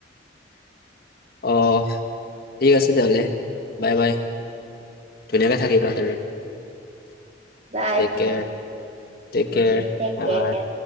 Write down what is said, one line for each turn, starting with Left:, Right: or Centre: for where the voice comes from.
Left: অ ঠিক আছে তেহ'লে বাই বাই ধুনীয়াকে থাকিবা। হেৰি
Right: bye
Left: take care take care.
Right: Take
Left: bye
Right: care.
Left: bye